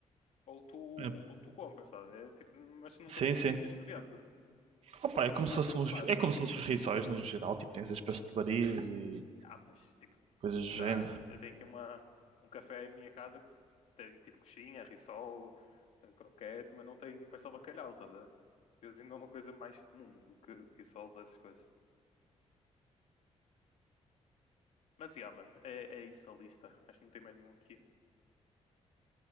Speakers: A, on the left; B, on the right.
A: ou tu, ou
B: É,
A: tu compras, sabe? É, tipo, mas não
B: Sim,
A: tem muitos
B: sim.
A: sítios que vende.
B: Opa, é
A: Que
B: como
A: No
B: se
A: máximo
B: fossem
A: tu
B: os,
A: fazes.
B: é como se fossem os rissóis no geral, tipo, tens as pastelarias e
A: Ah, mas tipo,
B: coisas do
A: sei
B: género.
A: lá, eu tenho aqui uma, um café em minha casa que tem tipo coxinha, rissol, eh, croquete, mas não tem pastel de bacalhau, tá? a ver? Eles ainda é uma coisa mais comum do que rissoles, essas coisas. Mas, yeah, mano, é, é isso a lista. Acho que não tem mais nenhum aqui.